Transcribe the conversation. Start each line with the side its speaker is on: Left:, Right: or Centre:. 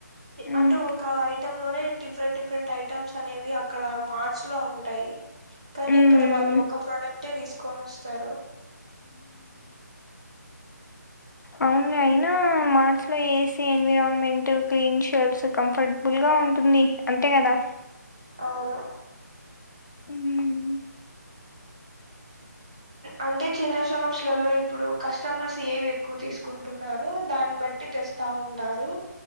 Left: మ్మ్
Right: అంటే ఒక ఐ టమ్ లోనే డిఫరెంట్ డిఫరెంట్ ఐటమ్స్ అనేవి అక్కడ మార్స్ లో ఉంటాయి కానీ
Left: మ్మ్
Right: ఇక్కడ వాళ్ళు ఒక ప్రోడక్టే తీసుకొని వస్తారు
Left: అవున్లె అయ్ అయినా మార్ట్స్ లో AC environment clean shelves comfortable గా ఉంటుంది అంతే కదా
Right: అవును
Left: ఉమ్
Right: అంటే చిన్న షాప్స్ లలో ఇప్పుడు కస్టమర్స్ ఏవి ఎక్కువ తీసుకుంటున్నారో దాన్ని బట్ ట్టి తెస్తా ఉంటారు